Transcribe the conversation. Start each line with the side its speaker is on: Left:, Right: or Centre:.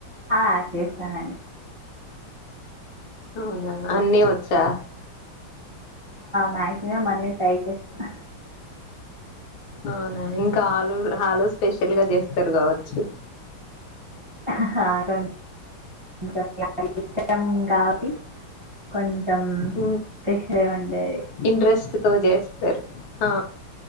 Right: ఆ, చేస్తానండి
Left: అవునా అన్నీ వచ్చా
Right: మ్యాక్సిమమ్ అన్నీ టై చేస్తా
Left: అవునా ఇంకా ఆలు ఆలు స్పెషల్ గా చేస్తారు కావచ్చు
Right: కొ కొెం ఇష్టం కాబట్టి కొంచెం
Left: హ
Right: స్పెషల్ ఉంటుంది
Left: ఇంట్రెస్ట్ తో చేస్తారు ఆ